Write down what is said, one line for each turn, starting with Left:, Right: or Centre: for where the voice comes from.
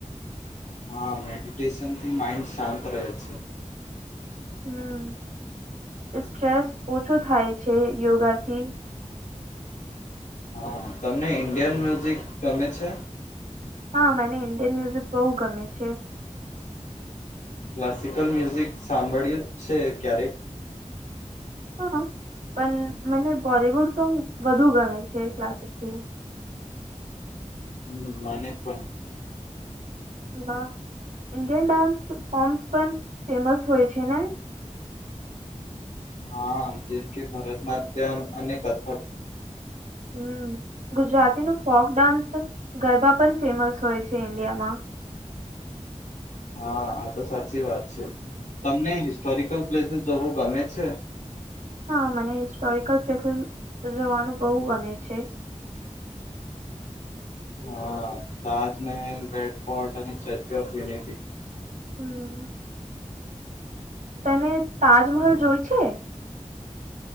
Left: હા મેડિટેશનથી માઈન્ડ શાંત રહે છે,
Right: હમ સ્ટ્રેસ ઓછો થાય છે, યોગાથી
Left: હા તમને ઇન્ડિયન મ્યુઝિક ગમે છે,
Right: હા મને ઇન્ડિયન મ્યુઝિક બહુ ગમે છે,
Left: ક્લાસિકલ મ્યુઝિક સાંભળ્યું છે, ક્યારેક
Right: હા, પણ મને બોલિવુડ સોંગ વધુ ગમે છે, ક્લાસિકથી
Left: હમ મને પણ
Right: વાહ ઇન્ડિયન ડાન્સ ફોર્મ્સ પણ ફેમસ હોય છે, ને
Left: હા જેમ કે ભરતનાટ્યમ અને કથક
Right: હમ ગુજરાતી ન ફોક ડાન્સ ગરબા પણ ફેમસ હોય છે, ઈન્ડિયામાં
Left: હા આ તો સાચી વાત છે, તમને હિસ્ટોરિકલ પ્લેસીસ જોવું ગમે છે.
Right: હા મને હિસ્ટોરિકલ પ્લેસીસ રજવાનું બહુ ગમે છે,
Left: હા, તાજમહેલ રેડ ફોર્ટ અને સ્ટેચ્યુ ઓફ યુનિટી
Right: હમ્મ તને તાજમહલ જોઈ છે,